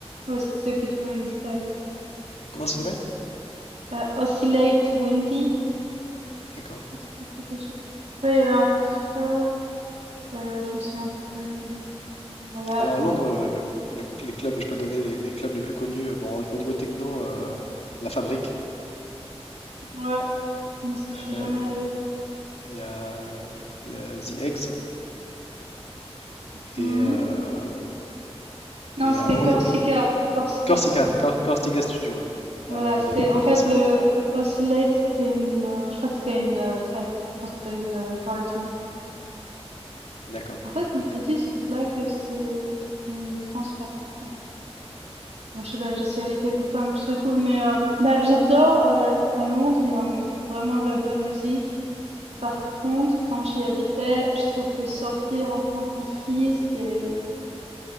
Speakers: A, on the right; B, on the left.
A: Ou est-ce que c'est plutôt une fête?
B: comment ça
A: Euh,
B: s'appelle?
A: bah, Oscillate Windy.
B: D'accord.
A: Je sais pas si ça te dit quelque chose. Je sais pas, il y avait un club, euh, je me souviens plus comment il s'appelait. Bon, Voilà,
B: Alors à
A: moi-
B: Londres, le- le- le- les clubs, je peux te donner les, les clubs les plus connus. euh, Bon, au, au niveau techno, euh, La Fabrique.
A: ouais. Mais ça, je suis
B: euh,
A: jamais allée.
B: Il y a euh, le- The Eggs,
A: Mhm.
B: Et, euh,
A: Non,
B: et
A: c'était
B: avant,
A: Corsica,
B: il y avait
A: Corsica
B: Corsica,
A: Studio.
B: Cor- Corsica Studio, ouais.
A: Voilà,
B: Ah, Elephant
A: c'était en
B: and
A: fait
B: Castle.
A: le Oscillate, c'était une, heu, je crois que c'était une, heu, fête, enfin c'était une, heu, party.
B: D'accord,
A: En fait,
B: d'accord.
A: ils disent là que c'est une trans party en fait. Bon je sais pas, j'y suis allée quelques fois, mais je trouvais cool, mais, heu, bah, j'adore, heu, à Londres, il y a, mmh, vraiment de la bonne musique. Par contre, quand j'y habitais, je trouve que sortir en tant que fille, c'est